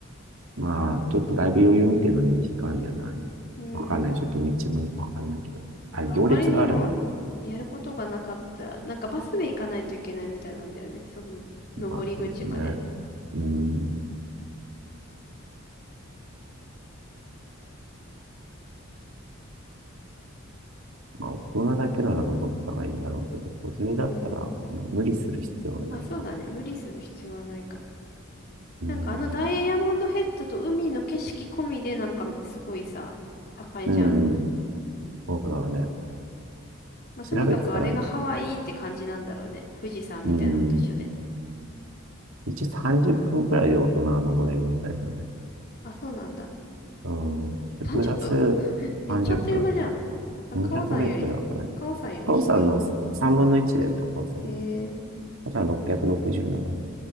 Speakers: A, on the right; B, on the left.
A: まあ、ちょっとだいぶ余裕見てのに時間じゃないわかんない。
B: うん。
A: ちょっと道もわかんないけど。あれ、
B: まああまりにもやることがなかったら、
A: 行列があるな。
B: なんかバスで行かないといけないみたいなんだよね。その、登り口まで。
A: まあ、そうだね。うん。まあ、大人だけなら登ったらいいんだろうけど、子連れだったら、
B: うん。
A: まあ無理する必要はないかも。
B: まあそうだね。無理する必要はないかも。
A: うん。
B: なんかあのダイヤモンドヘッドと海の景色込みでなんかすごいさ、高いじゃん。
A: うん。そうだね。
B: まあ、
A: 調べてたら、
B: とにかくあれがハワイって感じなんだろうね。富士山みたいなのと一緒で。
A: うん。一応30分くらいで大人は登れるみたいだね。
B: あ、そうなんだ。
A: うん。で、
B: 30分
A: プラス
B: めっちゃあっという間じゃん。
A: 30分。
B: 高尾山より、
A: 200メートルだからね。
B: 高尾山より低い。
A: 高尾山の3分の1だよ、高尾山の。
B: へえ。
A: 高尾山667。